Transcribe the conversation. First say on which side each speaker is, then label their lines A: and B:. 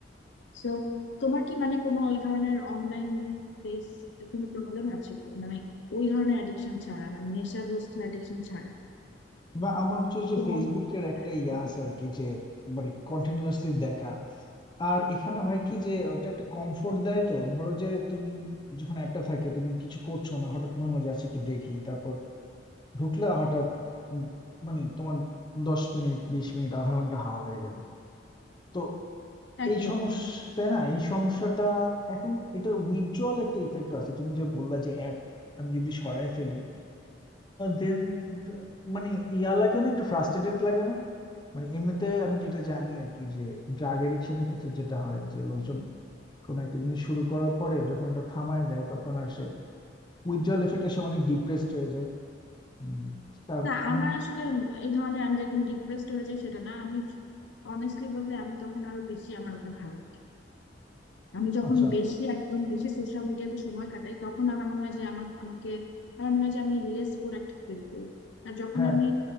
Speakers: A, on the left; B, on the left.
A: সো তোমার কি মানে কোনো ওই ধরনের অনলাইন বেস কোনো প্রবলেম আছে কি? মানে ওই ধরনের অ্যাডিকশন ছাড়া মানে নেশাগ্রস্ত অ্যাডিকশন ছাড়া
B: বা আমার হচ্ছে যে
A: তো
B: ফেসবুকের
A: অনেক
B: একটা ইয়া
A: ভালো।
B: আছে আর কি যে মানে কন্টিনিউয়াসলি দেখা আর এখানে হয় কি যে ওটা একটা কমফোর্ট দেয় তো ধরো যে তুমি যখন অ্যাপটা থাকে তুমি কিছু করছো না হঠাৎ মনে হলো যে আচ্ছা একটু দেখি তারপর ঢুকলা হঠাৎ উম, মানে তোমার দশ মিনিট বিশ মিনিট আধা ঘন্টা হাওয়া হয়ে গেলে তো
A: একদম
B: এই সমস্যা
A: না
B: তাই না এই সমস্যাটা এখন এটার উইথড্রল একটা ইফেক্ট আছে তুমি যে বললা যে অ্যাপ আমি যদি সরায় ফেলি দেন মানে ইয়া লাগে না একটু ফ্রাস্ট্রেটেড লাগে না মানে এমনিতে আমি যেটা জানি আর কি যে ড্রাগ এডিকশনের ক্ষেত্রে যেটা হয় যে লোকজন কোনো একটা জিনিস শুরু করার পরে যখন এটা থামায় দেয় তখন আর সে উইথড্রল এফেক্টে সে অনেক ডিপ্রেসড হয়ে যায় উম, তার
A: না,
B: উম,
A: আমার আসলে এই ধরনের আমি যে একদম ডিপ্রেসড হয়ে যাই সেটা না আমি অনেস্টলি বললে আমি তখন আরো বেশি আমার ওপর ধারণা আমি যখন
B: আচ্ছা
A: বেশি একদম বেশি সোশ্যাল মিডিয়াতে সময় কাটাই তখন আমার মনে হয় যে আমার আমাকে আমার মনে হয় যে আমি লেস প্রোডাক্টিভ ফিল করি আর যখন
B: হ্যাঁ
A: আমি